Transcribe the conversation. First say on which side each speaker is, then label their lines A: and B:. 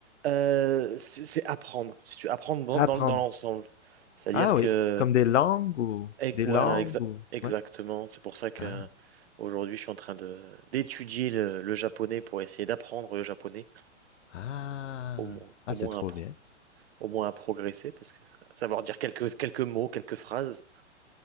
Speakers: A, on the right; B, on the left.
A: Euh, c'est c'est apprendre. Si tu apprendre dans,
B: Apprendre.
A: dans, dans l'ensemble, c'est-à-dire
B: Ah
A: que
B: oui, comme des langues ou
A: eh,
B: des
A: voilà
B: langues
A: exa-
B: ou
A: exactement.
B: ouais.
A: C'est pour ça que
B: Ah,
A: aujourd'hui je suis en train de d'étudier le, le japonais pour essayer d'apprendre le japonais
B: ah,
A: au moins
B: ah,
A: au
B: c'est
A: moins
B: trop
A: à, pro-
B: bien.
A: au moins à progresser parce que savoir dire quelques quelques mots, quelques phrases,